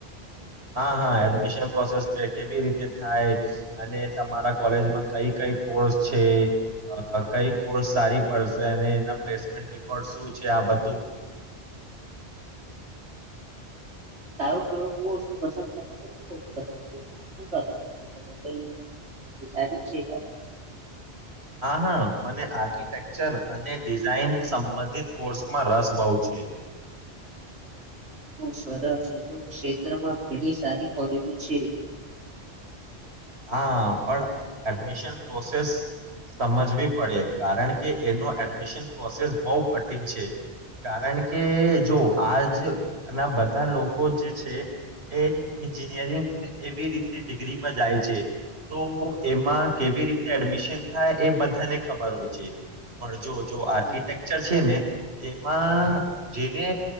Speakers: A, on the right (about 70°); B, on the right (about 80°).
A: હા હા એડમિશન પ્રોસેસ કેવી રીતે થાય અને તમારા કોલેજમાં કઈ કઈ કોર્સ છે, અ કઈ કોર્સ સારી પડશે અને એના પ્લેસમેન્ટ રેકોર્ડ શું છે, આ બધું.
B: તારો પ્રયોગ બો પસંદ કરે તો પસંદ છે શું કરવાનું છો, તમે કઈ વિચાર્યું છે, કાંઈ
A: હા હા મને આર્કિટેક્ચર અને ડિઝાઇન સંબંધિત કોર્સમાં રસ બહુ છે.
B: હ સરસ ક્ષેત્રમાં ઘણી સારી કોલેજો છે.
A: હા પણ એડમિશન પ્રોસેસ સમજવી પડે કારણ કે એનો એડમિશન પ્રોસેસ બઉ કઠિન છે, કારણ કે જો આજ ના બધા લોકો જે છે એ ઇન્જિનયરિંગ એવી રીતે ડિગ્રીમાં જાય છે છે તો એમાં કેવી રીતે એડમિશન થાય એ બધાને ખબર હોય છે, પણ જો જો આર્કિટેકચર
B: હમ.
A: છે ને એમાં જેને